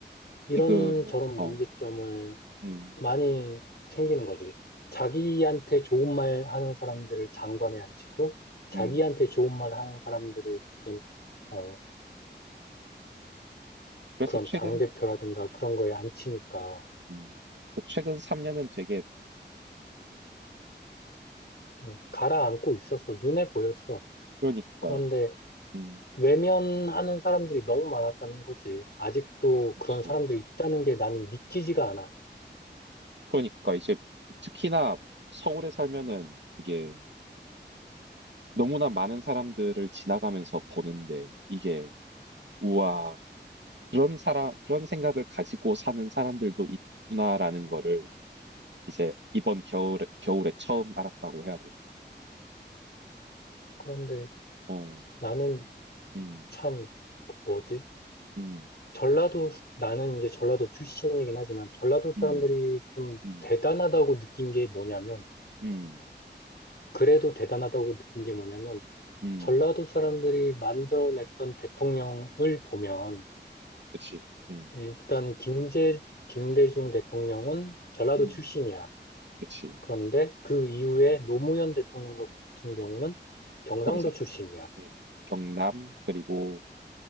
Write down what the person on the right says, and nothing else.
지금은, 어,
음,
음.
그래서
최근,
어,
음. 최근 3년은 되게,
그러니까,
음,
그렇
그러니까 이제 특히나 서울에 살면은 그게 너무나 많은 사람들을 지나가면서 보는데 이게 우와 그런 사람 그런 생각을 가지고 사는 사람들도 있구나라는 거를 이제 이번 겨울에 겨울에 처음 알았다고 해야 돼.
어,
음,
음,
음,
음,
음,
음,
그치, 음,
음,
그치.
경상,
음, 경남 그리고